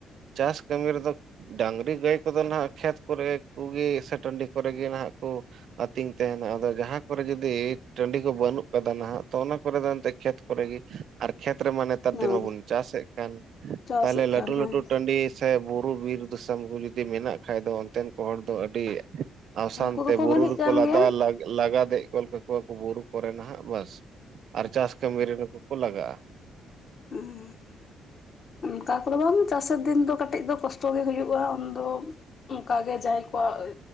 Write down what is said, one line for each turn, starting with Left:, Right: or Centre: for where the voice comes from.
Right: ᱪᱟᱥ ᱠᱟᱹᱢᱤ ᱨᱮᱫᱚ ᱰᱟᱝᱨᱤ ᱜᱟᱹᱭ ᱠᱚᱫᱚ ᱦᱟᱜ ᱠᱷᱮᱛ ᱠᱚᱨᱮ ᱠᱚᱜᱮ ᱥᱮ ᱴᱟᱺᱰᱤ ᱠᱚᱨᱮ ᱜᱮ ᱱᱟᱦᱟᱜ ᱠᱚ ᱛᱤᱧ ᱛᱟᱦᱮᱱᱟ ᱟᱫᱚ ᱡᱟᱦᱟᱸ ᱠᱚᱨᱮ ᱡᱩᱫᱤ ᱴᱟᱺᱰᱤ ᱠᱚ ᱵᱟᱹᱱᱩᱜ ᱠᱟᱫᱟ ᱱᱟᱦᱟᱜ ᱛᱚ ᱚᱱᱟ ᱠᱚᱨᱮ ᱫᱚ ᱮᱱᱛᱮᱫ ᱠᱷᱮᱛ ᱠᱚᱨᱮ ᱜᱮ ᱟᱨ ᱠᱷᱮᱛ ᱨᱮᱢᱟ ᱱᱮᱛᱟᱨ
Left: ᱦᱮᱸ
Right: ᱫᱤᱱ ᱢᱟᱵᱚᱱ ᱪᱟᱥᱮᱫ ᱠᱟᱱ
Left: ᱪᱟᱥᱮᱫ
Right: ᱛᱟᱦᱚᱞᱮ
Left: ᱠᱟᱱ
Right: ᱞᱴᱩ
Left: ᱦᱮᱸ
Right: ᱞᱟᱴᱩ ᱴᱟᱺᱰᱤ ᱥᱮ ᱵᱩᱨᱩ ᱵᱤᱨ ᱫᱤᱥᱚᱢ ᱠᱚ ᱡᱩᱫᱤ ᱡᱩᱤ ᱢᱮᱱᱟᱜ ᱠᱷᱟᱡ ᱫᱚ ᱚᱱᱛᱮᱱ ᱠᱚ ᱦᱚᱲ ᱫᱚ ᱟᱹᱰᱤ ᱟᱥᱟᱱ
Left: ᱩᱱᱠᱩ
Right: ᱛᱮ
Left: ᱫᱚᱠᱚ
Right: ᱵᱩᱨᱩ
Left: ᱵᱷᱟᱹᱜᱤᱜ ᱠᱟᱱ
Right: ᱞᱟᱫᱟ
Left: ᱜᱮᱭᱟ
Right: ᱞᱟᱜᱟᱫᱮᱜ ᱜᱚᱫ ᱠᱟᱠᱚᱣᱟ ᱵᱩᱨᱩ ᱠᱚᱨᱮ ᱱᱟᱦᱟᱜ ᱵᱟᱥ ᱟᱨ ᱪᱟᱥ ᱠᱟᱹᱢᱤ ᱨᱮ ᱱᱩᱠᱩ ᱠᱚ ᱞᱟᱜᱟᱜᱼᱟ᱾
Left: ᱦᱮᱸ ᱚᱱᱠᱟ ᱠᱚᱫᱚ ᱵᱟᱝ ᱪᱟᱥᱮᱨ ᱫᱤᱱ ᱫᱚ ᱠᱟᱹᱴᱤᱡ ᱫᱚ ᱠᱚᱥᱴᱚ ᱜᱮ ᱦᱩᱭᱩᱜᱼᱟ ᱩᱱᱫᱚ ᱚᱱᱠᱟᱜᱮ ᱡᱟᱦᱟᱸᱟᱭ ᱯᱟᱭ